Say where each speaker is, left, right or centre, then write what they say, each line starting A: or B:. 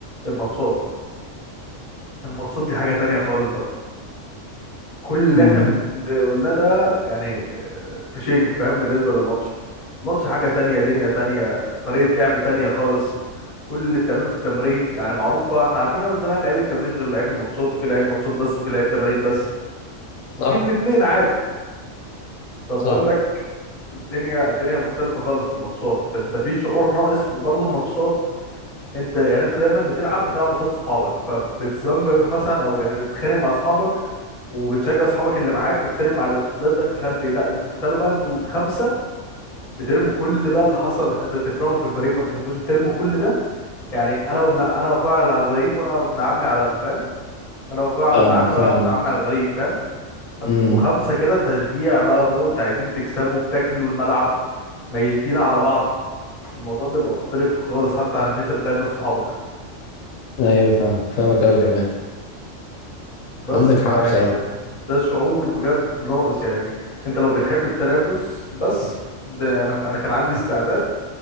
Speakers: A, on the left; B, on the left.
A: الماتشات الماتشات دي حاجة تانية خالص بقى كل اللي
B: امم
A: احنا بن- قلناه ده يعني آه، في شنك فاهم بالنسبة للماتش الماتش حاجة تانية دنيا تانية طريقة لعب تانية خالص كل اللي بتعمله في التمرين يعني معروفة احنا عارفينها من زمان لعيب التمرين غير لعيب الماتشات وفي لعيب ماتشات بس وفي لعيب تمارين بس وفي
B: صح
A: الاتنين عادي فبقول
B: صح
A: لك الدنيا الدنيا مختلفة خالص في الماتشات فانت في شعور ناقص وبرضه الماتشات انت يعني انت دايما بتلعب بتلعب قصاد صحابك فبتزنجر مثلا او يعني بتتخانق مع صحابك وبتشجع صحابك اللي معاك وبتتخانق مع اللي ضدك ومش عارف ايه لا انتوا تخيلوا بقى انتوا خمسة بترموا كل بقى اللي حصل اللي تكرهه في الفريق ما بتحبوش بترموا كل ده يعني انا وابن انا واخويا على الغريب وانا وابن عمي على الفام انا واخويا على
B: فاهمك
A: ابن عمي
B: فاهمك
A: وانا وابن عمي على الغريب فاهم فبتبقوا
B: امم
A: خمسة كده تشجيع بقى موت عايزين تكسبوا بتاكلوا الملعب ميتين على بعض الموضوع بيبقى مختلف خالص حتى عن ان انت بتلعب ناس صحابك
B: ايوه فاهمك فاهمك قوي كمان
A: بس
B: عندك
A: فيعني
B: حق بصراحة
A: ده, ده شعور بجد ناقص يعني انت لو بتحب التنافس بس ده انا انا كان عندي استعداد